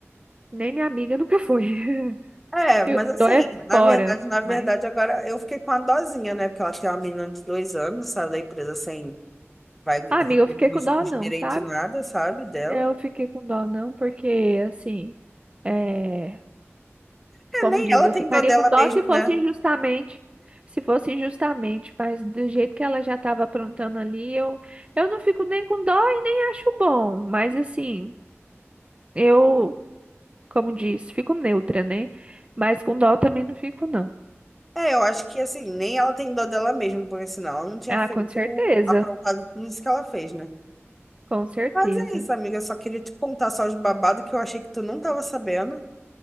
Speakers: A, on the right; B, in the centre.
A: nem minha amiga nunca foi. <laughs>
B: É,
A: Eu
B: mas assim,
A: tô é
B: na
A: fora.
B: verdade, na verdade,
A: Mas,
B: agora eu fiquei com a dosinha, né? Porque ela tem uma menina de dois anos, saiu da empresa sem, vai receber
A: ah, amiga, eu fiquei
B: os,
A: com dó
B: os
A: não,
B: direitos
A: sabe?
B: nada, sabe, dela.
A: É, Eu fiquei com dó não, porque assim. eh,
B: É,
A: Como
B: nem
A: diz,
B: ela
A: eu
B: tem
A: ficaria
B: dó dela
A: com dó
B: mesmo,
A: se fosse
B: né?
A: injustamente. Se fosse injustamente, mas do jeito que ela já estava aprontando ali, eu, eu não fico nem com dó e nem acho bom. Mas assim, eu, como diz, fico neutra, né? Mas com dó também não fico, não.
B: É, eu acho que assim, nem ela tem dó dela mesmo, porque senão ela não tinha
A: Ah,
B: feito,
A: com certeza.
B: aprovado tudo isso que ela fez, né?
A: Com certeza.
B: Mas é isso, amiga, eu só queria te contar só os babados que eu achei que tu não tava sabendo